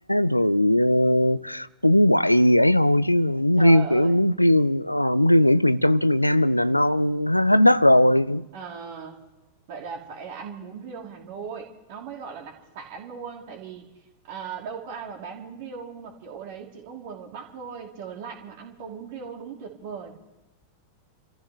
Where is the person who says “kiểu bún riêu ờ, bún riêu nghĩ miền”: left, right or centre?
Left